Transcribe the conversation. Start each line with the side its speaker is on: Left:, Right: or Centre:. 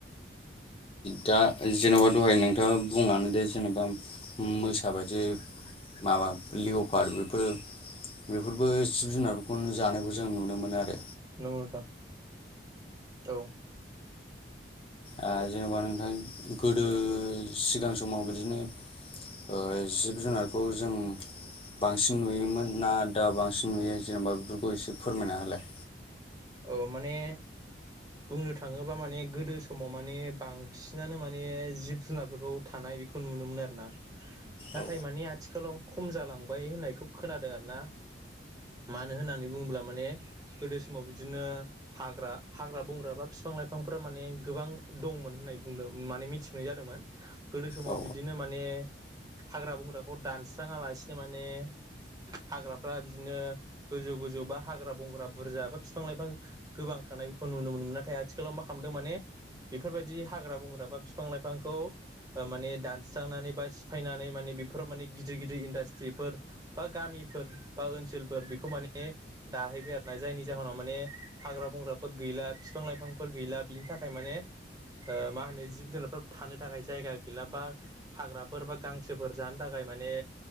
Left: दा जेन'बा दहाय नोंथाङा बुंलादों दे जेने'बा मोसाबायदि माबा लिव' पार बेफोरो बेफोरबो जिब जुनारफोरखौनो जानायखौ जों नुनो मो नो आरो
Right: नंगौ नोंथां औ
Left: <inaudible> जेनेबा नोंथां गोदो सिगां समाव बिदिनो ओ जिब-जुनारखौ जों बांसिन नुयोमोन ना दा बांसिन नुयो जेनेबा बेफोरखौ एसे फोरमायना होलाय।
Right: औ माने बुंनो थाङोब्ला माने गोदो समाव माने बांसिनानो माने जिब-जुनारफोरखौ थानाय बेखौ नुनो मोनो आरोना नाथाय
Left: औ
Right: माने आथिखालाव खम जालांबाय होननायखौ खोनादों आरो ना। मानो होननानै बुङोब्ला माने गोदो समाव बिदिनो हाग्रा हाग्रा बंग्रा बा फिफां लाइफांफोरा माने गोबां दंमोन होननाय बुंदों माने मिथिनाय जादोंमोन। गोदो समाव
Left: औ
Right: बिदिनो माने हाग्रा बंग्रा खौ दानस्राङा लासिनो माने हाग्राफ्रा बिदिनो गोजौ गोजौ बा हाग्रा बंग्रा बुरजा बा बिफां लाइफां गोबां थानाय बेखौ नुनो मोनोमोन। नाथाय आथिखालाव मा खालामदों माने बेफोर बायदि हाग्रा-बंग्रा बा बिफां-लाइफांखौ माने दानस्रांनानै बा सिफायनानै माने बेफोराव माने गिदिर गिदिर इन्डास्ट्रिफोर बा गामिफोर बा ओनसोलफोर बेखौ माने दाहैबाय आरो ना जायनि जाहोनाव माने हाग्रा-बंग्राफोर गैला बिफां-लाइफांफोर गैला बिनि थाखाय माने ओ मा होनो जिब-जुनारफोर थानो थाखाय जायगा गैला बा हाग्राफोर बा गांसोफोर जानो थाखाय माने